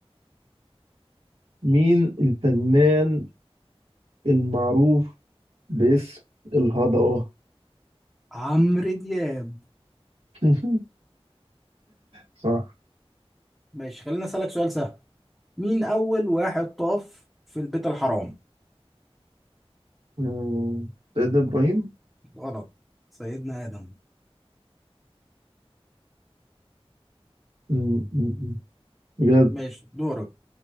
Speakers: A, on the right; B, in the centre.
A: مين الفنان المعروف باسم الهضبة
B: عمرو دياب
A: <laughs> صح
B: ماشي خلينا اسألك سؤال سهل مين اول واحد طاف في البيت الحرام
A: مم، سيدنا إبراهيم
B: غلط سيدنا ادم
A: مم، مم، مم. بجد
B: ماشي دورك